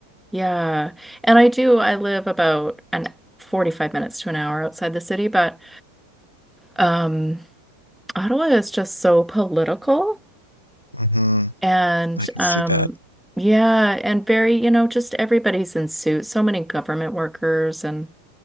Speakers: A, in the centre; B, on the left.
A: Yeah. And I do, I live about an 45 minutes to an hour outside the city, but um Ottawa is just so political
B: hmm
A: and
B: I can
A: um
B: see that.
A: yeah, and very, you know, just everybody's in suits, so many government workers and